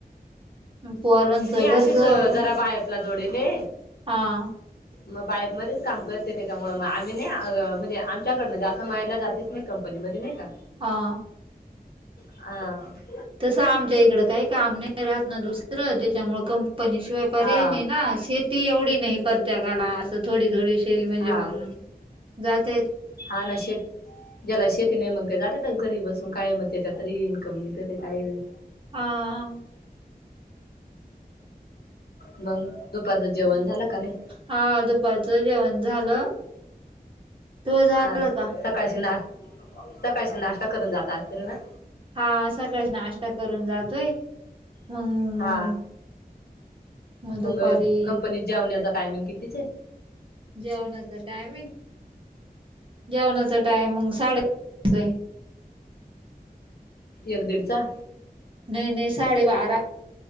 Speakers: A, on the right; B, on the left.
A: पोरांचं
B: मी
A: घरचं
B: असेच
A: आवरून
B: जरा बायपला जोडेले.
A: हा.
B: मग बायप मध्येच काम करते. त्याच्यामुळे मग आम्ही नाहअ म्हणजे आमच्याकडनं असं माहेरला जात <unintelligible> नाही कंपनीमध्ये नाही का.
A: हा.
B: ह.
A: तसं आमच्या इकड काही काम नाही. राहत ना दुसरं त्याच्यामुळ कंपनी शिवाया पर्याय
B: हा
A: नाही ना शेत ती एवढी नाही परत्येकाला असं थोडी थोडी शेरी म्हणजे
B: हा
A: मग जाते.
B: हा ना शेत. ज्याला शेती नाही मग त्या जातातच घरी बसून काय मग त्याच्यातरी इन्कम नाही ते काही.
A: हा.
B: मग दुपारचं जेवण झालं का नाही?
A: हा दुपारचं जेवण झालं. तू झालं
B: हा हा
A: का
B: सकाळशी नाश सकाळशी नाश्ता करून जात असतील ना?
A: हा सकाळ नाश्ता करून जातोय. मग
B: हा
A: दुपारी
B: मग कंपनीत जेवण्याचा टायमिंग कितीच आहे.
A: जेवणाचा टायमिंग जेवणाचा टायमिंग साडे <unintelligible> आहे.
B: एक दिडचा.
A: नाही नाही साडे बारा.